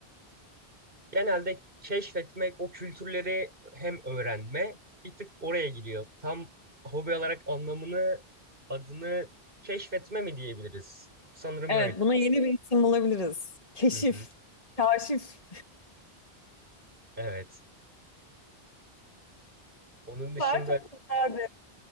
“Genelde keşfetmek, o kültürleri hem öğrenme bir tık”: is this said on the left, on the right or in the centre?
Right